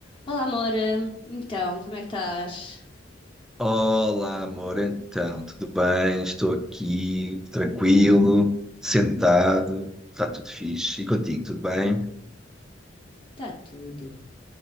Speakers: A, on the left; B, in the centre.
A: Olá, amor. Então, como é que estás?
B: Olá, amor, então, tudo bem? Estou aqui, tranquilo, sentado, está tudo fixe. E contigo, tudo bem?
A: Está tudo.